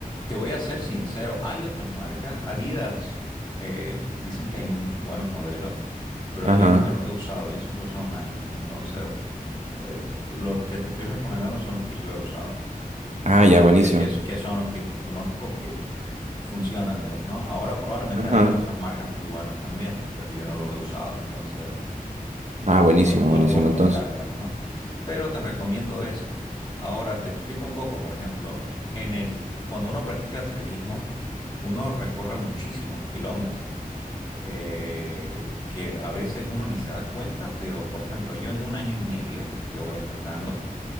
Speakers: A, on the left; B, on the right.
A: Te voy a ser sincero, hay otras marcas. Adidas eh, dicen que hay mu- buenos modelos, pero
B: Ajá.
A: yo nunca los he usado. Yo siempre he usado Nike. Entonces, eh, t- los que te estoy recomendando son los que yo he usado.
B: Ah,
A: Entonces,
B: ya, buenísimo.
A: que, que es- que son los que conozco que funcionan, digamos, ¿no? Ahora probablemente
B: Ajá.
A: hay de otras marcas muy buenos también, pero yo no los he usado. Entonces.
B: Ah, buenísimo,
A: No lo- no
B: buenísimo.
A: los puedo recomendar,
B: Entonces,
A: digamos, ¿no? Pero te recomiendo eso. Ahora te explico un poco, por ejemplo, en el, cuando uno practica atletismo, uno recorre muchísimos kilómetros, eh, que a veces uno ni se da cuenta, pero por ejemplo, yo en un año y medio que voy entrenando,